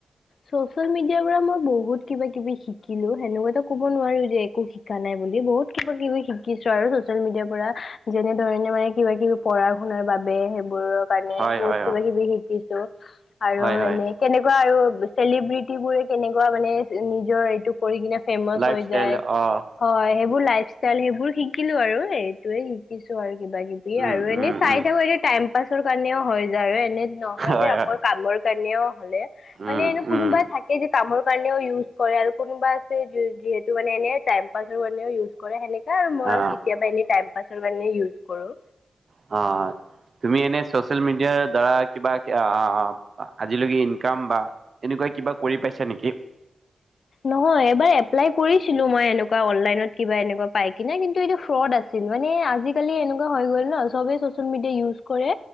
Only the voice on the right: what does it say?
হয়
হয়
হয়
হয় হয়
লাইফ
ষ্টাইল
অ'
উম
উম
উম
হয়
হয়
উম
উম।
অ'
অ' তুমি এনে ছ'চিয়েল মিডিয়াৰ দ্বাৰা কিবা এ আজিলৈকে ইনকাম বা এনেকুৱা কিবা কৰি পাইছা নেকি?